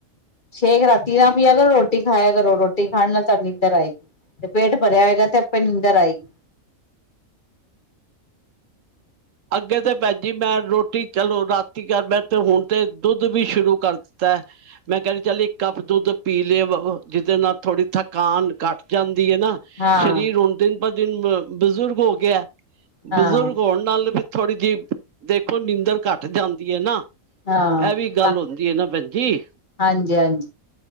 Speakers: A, on the left; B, on the right.
A: ਸੇ਼ਕ ਰਾਤੀ ਨਾਂ ਪੀਆ ਕਰੋ ਰੋਟੀ ਖਾਇ ਕਰੋ, ਰੋਟੀ ਖਾਣ ਨਾਲ ਤਾਂਨੂੰ ਨੀਦਰ ਆਏਗੀ ਤੇ ਪੇਟ ਭਰਿਆ ਹੋਏਗਾ ਤੇ ਆਪੇ ਨੀਂਦਰ ਆਏਗੀ।
B: ਅੱਗੇ ਤੇ ਭੈਣਜੀ ਮੈਂ ਰੋਟੀ ਚਲੋ ਰਾਤੀ ਕਰ ਮੈਂ ਤੇ ਹੁਣ ਤੇ ਦੁੱਧ ਵੀ ਸ਼ੁਰੂ ਕਰ ਦਿੱਤਾ। ਮੈਂ ਕਹਿ ਰਈ ਚੱਲ ਇੱਕ ਕੱਪ ਦੁੱਧ ਪੀ ਲਿਆ ਵ ਜਿਹਦੇ ਨਾਲ ਥੋੜ੍ਹੀ ਥਕਾਨ ਘੱਟ ਜਾਂਦੀ ਦੀ ਏਨਾਂ
A: ਹਾਂ
B: ਸਰੀਰ ਹੁਣ ਦਿਨ ਬ ਦਿਨ ਆ ਬਜ਼ੁਰਗ ਹੋ ਗਿਆ
A: ਹਾਂ
B: ਬਜ਼ੁਰਗ ਹੋਣ ਨਾਲ ਦਿ ਵੀ ਥੋੜ੍ਹੀ ਜਿਹੀ ਦੇਖੋ ਨੀਂਦਰ ਘੱਟ ਜਾਂਦੀ ਐ ਨਾਂ।
A: ਹਾਂ
B: ਇਹ ਵੀ ਗੱਲ
A: ਤਾਂ
B: ਹੁੰਦੀ ਐ ਨਾਂ ਭੈਣਜੀ।
A: ਹਾਂਜੀ ਹਾਂਜੀ।